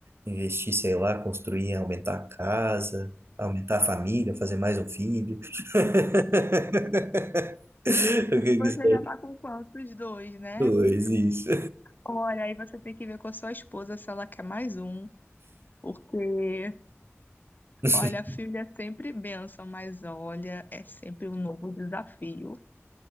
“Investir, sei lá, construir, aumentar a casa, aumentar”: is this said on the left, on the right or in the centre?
Right